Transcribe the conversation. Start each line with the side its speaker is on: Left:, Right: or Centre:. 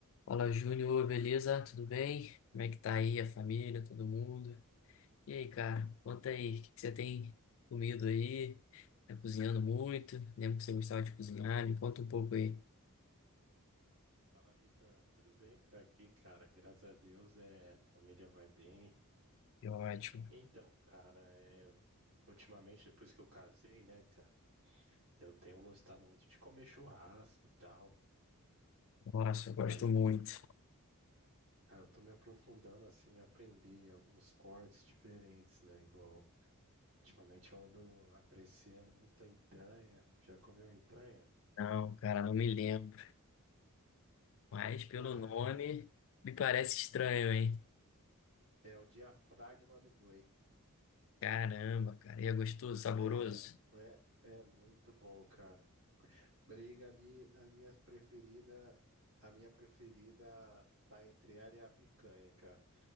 Left: Fala, Júnior, beleza? Tudo bem? Como é que tá aí a família, todo mundo? E aí, cara, conta aí, o que que você tem comido aí? Tá cozinhando muito? Lembro que você gostava de cozinhar, me conta um pouco aí.
Right: Fala, Vitor. Tudo bem por aqui, cara? Graças a Deus, é, a família vai bem.
Left: Que ótimo.
Right: Então, cara, é, ultimamente, depois que eu casei, né, cara, eu tenho gostado muito de comer churrasco e tal.
Left: Nossa, eu gosto
Right: Aí,
Left: muito.
Right: cara, eu tô me aprofundando, assim, em aprender alguns cortes diferentes, né? Igual, ultimamente eu ando apreciando muito a entranha. Já comeu entranha?
Left: Não, cara, não me lembro. Mas pelo
Right: Cara,
Left: nome,
Right: é,
Left: me parece estranho, hein?
Right: é o diafragma do boi.
Left: Caramba, cara, e é gostoso, saboroso?
Right: É, é, é muito bom, cara. Briga ali, as minhas preferidas, a minha preferida tá entre ela e a picanha, cara.